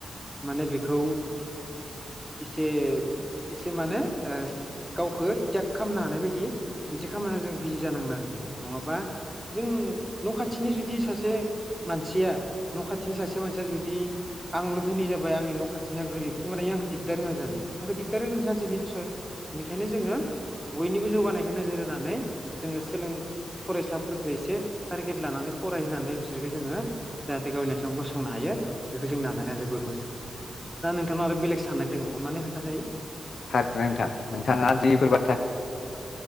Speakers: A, in the centre; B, on the left.
A: माने बेखौ एसे एसे माने ओ गावखौ थेग खालामनो हानाय बायदि मोनसे खामानियाव जों बिजि जानांगोन आरोखि नङाबा जों न' खाथिनि जुदि सासे मानसिया न' खाथिनि सासे मानसिया जुदि आंल' धोनि जाबाय आंनि न' खाथिनिया गोरिब होनोमबानि आंखौ दिगदार होआ जानो आंखौ दिगदार होगोनो सानससे निस्सय। बेनिखायनो जोङो बयनिबो जौगानायखौ नोजोर होनानै जोङो सोलों फरायसाफोरखौ एसे टारगेट लानानै फरायहानै बिसोरखौ जोङो जाहाथे गावनि आथिङाव गसंनो हायो बेखौ जों नाजानाया जोबोर मोजां। दा नोंथांनाव आरो बेलेग साननाय दङ अननानै खोनथा जायो।
B: थारनो नोंथां नोंथाङा जिफोर बाथ्रा